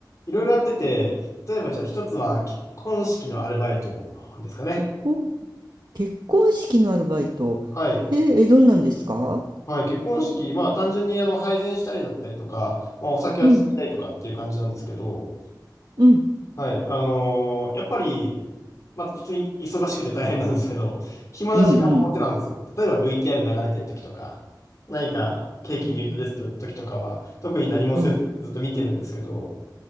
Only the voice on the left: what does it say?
いろいろやってて、例えばじゃあ一つは結婚式のアルバイトですかね。
はい。
はい。結婚式、まあ単純にあの配膳したりだったりとか、まあお酒をついたりとかっていう感じなんですけど、
はい。あのーやっぱり、まあ、普通に忙しくて大変なんですけど、暇な時間も持てなんですよ。
例えば VTR 流れてる時とか、何かケーキ入刀ですと時とかは、
特に何もせずずっと見てるんですけど、